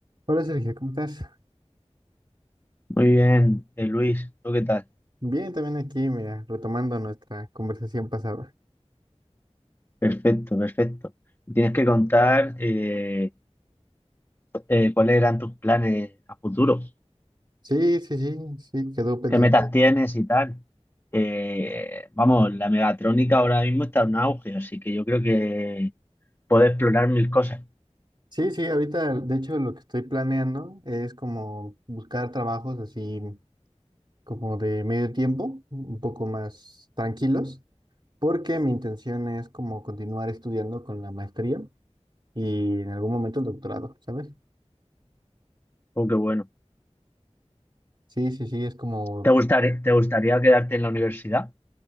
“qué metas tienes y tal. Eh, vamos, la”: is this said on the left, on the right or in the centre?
Left